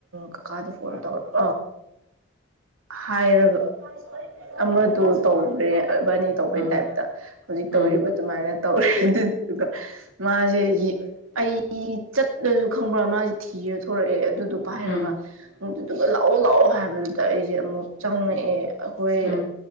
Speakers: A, on the right; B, on the left.
A: ꯀꯀꯥꯗ ꯐꯣꯟ ꯇꯧꯔꯛ ꯍꯥꯏꯔꯕ ꯑꯃꯗꯣ ꯇꯧ꯭ꯔꯦ ꯏꯕꯥꯅꯤ ꯇꯧꯕꯩ
B: ꯎꯝ
A: ꯇꯥꯏꯞꯇ ꯍꯧꯖꯤꯛ
B: ꯎꯝ
A: ꯇꯧꯔꯤꯕ ꯑꯗꯨꯃꯥꯏꯅ ꯇꯧꯔꯦ ꯑꯗꯨꯗꯨ ꯃꯥꯁꯦ ꯑꯩ ꯆꯠꯂꯁꯨ ꯈꯪꯕ꯭ꯔꯥ ꯃꯥꯁꯦ ꯊꯤꯔ ꯊꯣꯔꯛꯑꯦ ꯑꯗꯨꯗꯣ ꯄꯥꯏꯔꯒ
B: ꯎꯝ
A: ꯑꯗꯨꯗꯨꯒ ꯂꯥꯛꯑꯣ ꯂꯥꯛꯑꯣ ꯍꯥꯏꯕꯗꯨꯗ ꯑꯩꯁꯦ ꯑꯃꯨꯛ ꯆꯪꯉꯛꯑꯦ ꯑꯩꯈꯣꯏ
B: ꯎꯝ